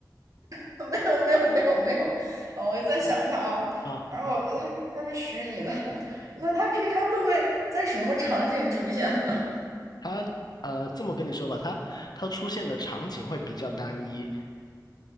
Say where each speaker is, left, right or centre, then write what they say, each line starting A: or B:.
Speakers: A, on the right; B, on the left.
A: <laughs> 没有没有没有没有，啊，我再想一下啊。
B: 啊！
A: 然后他他是虚拟的，<laughs> 那他平常都会在什么场景出现呢？
B: 它呃，这么跟你说吧，它它出现的场景会比较单一，